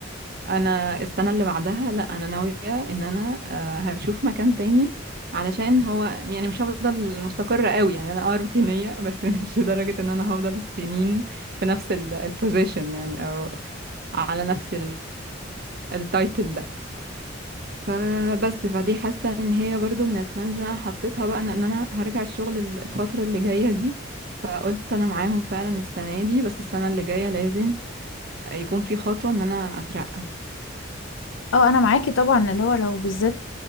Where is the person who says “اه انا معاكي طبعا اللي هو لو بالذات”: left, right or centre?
Left